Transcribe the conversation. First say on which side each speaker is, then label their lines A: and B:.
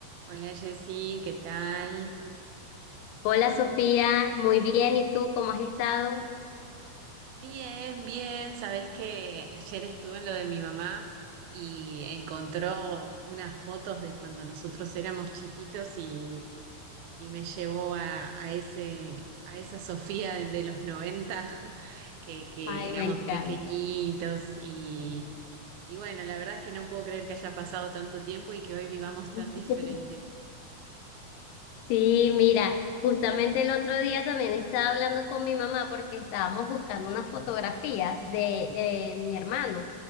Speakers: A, on the right; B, on the left.
A: Hola Jessy, ¿qué tal?
B: Hola Sofía, muy bien, ¿y tú cómo has estado?
A: Bien, bien. Sabes que ayer estuve en lo de mi mamá y encontró unas fotos de cuando nosotros éramos chiquitos y, y me llevó a, a ese, a esa Sofía de, de los 90 <laughs> que, que
B: Ay,
A: éramos
B: me encanta.
A: pequeñitos y, y bueno, la verdad es que no puedo creer que haya pasado tanto tiempo y que hoy vivamos
B: <laughs>
A: tan diferente.
B: Sí, mira, justamente el otro día también estaba hablando con mi mamá porque estábamos buscando unas fotografías de, de mi hermano.